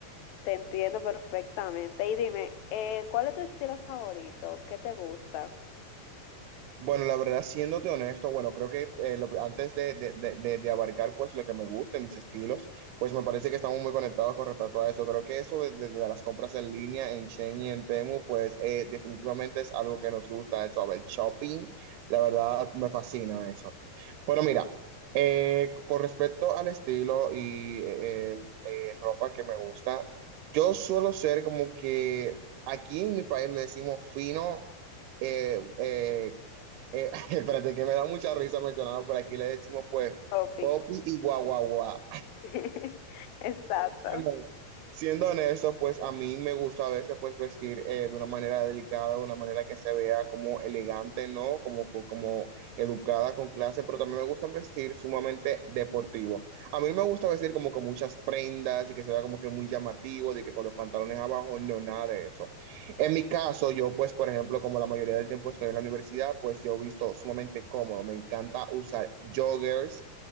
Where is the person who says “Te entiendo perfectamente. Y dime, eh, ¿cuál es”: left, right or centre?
Left